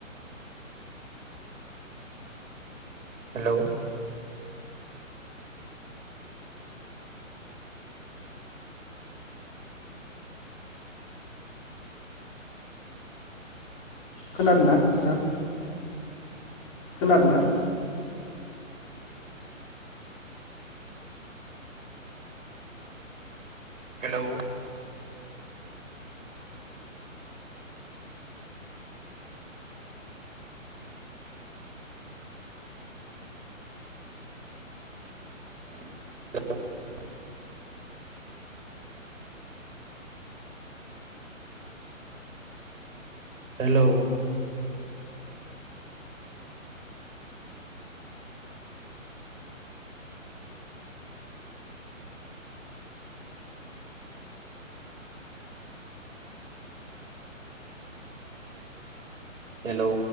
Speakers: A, on the right; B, on the left.
A: हेलौ
B: खोनादोंना? नोंथां खोनादोंना?
A: Hello <unintelligible> hello. हेलौ